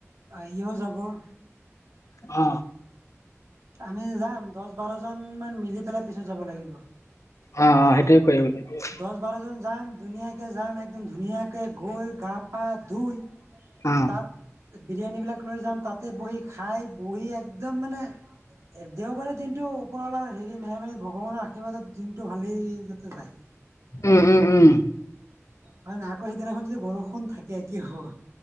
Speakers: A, on the right; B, on the left.
A: আহিয়ো যাবৰ
B: অ,
A: আমি যাম। দহ বাৰজন মান মিলি পেলাই পিছত যাব লাগিব।
B: অ অ সেইটোয়ে কৰিব লাগে।
A: দহ বাৰজন যাম। ধুনীয়াকৈ যাম একদম ধুনীয়াকৈ গৈ গা পা ধুই তাত
B: অ
A: বিৰিয়ানী বিলাক লৈ যাম তাতে বহি খাই বহি একদম মানে এ দেওবাৰে দিনটো ওপৰলা হেৰি মেহৰবানীত ভগৱানৰ আশীৰ্বাদত দিনটো ভালেই যাতে যায়।
B: উম উম উম।
A: মানে নাই আকৌ সিদিনাখন যদি বৰষুণ থাকে কি হ'ব?